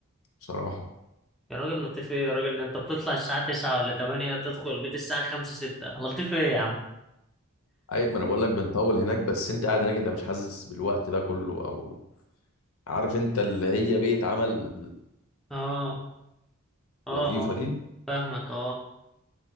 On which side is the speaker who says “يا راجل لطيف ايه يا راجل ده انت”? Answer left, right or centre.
Centre